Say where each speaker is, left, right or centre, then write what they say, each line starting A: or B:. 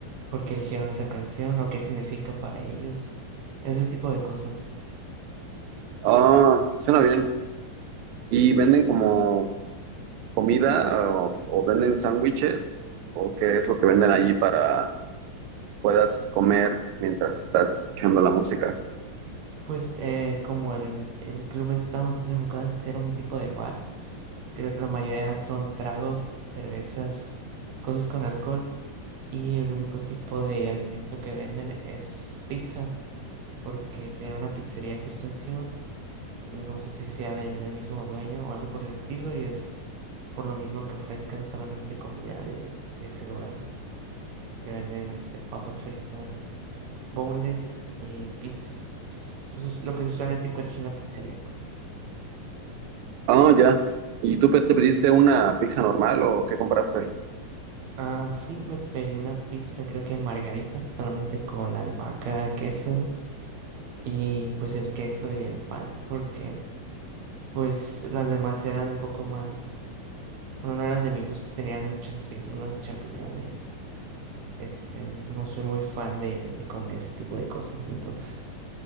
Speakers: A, on the right; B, on the right.
A: por qué eligieron esa canción o qué significa para ellos. Ese tipo de cosas.
B: Ah, suena bien. Y venden como comida o, o venden sándwiches o qué es lo que venden allí para que puedas comer mientras estás escuchando la música.
A: Pues eh, como el, el club está más enfocado en ser un tipo de bar, creo que la mayoría son tragos, cervezas, cosas con alcohol. Y el único tipo de alimento que venden es pizza, porque tiene una pizzería justo encima. No sé si sea del mismo dueño o algo por el estilo, y es por lo mismo que ofrezcan solamente comida de, de ese lugar. Te venden este, papas fritas, boneless y pizzas. Es, Pues es lo que usualmente encuentras en una pizzería.
B: Ah, ya. ¿Y tú pe- te pediste una pizza normal o qué compraste?
A: Ah, sí, me pedí una pizza, creo que margarita, solamente con albahaca, queso y pues el queso y el pan, porque Pues las demás eran un poco más, bueno, no eran de mi gusto, tenían muchas aceitunas, champiñones. Este, no soy muy fan de, de comer ese tipo de cosas, entonces,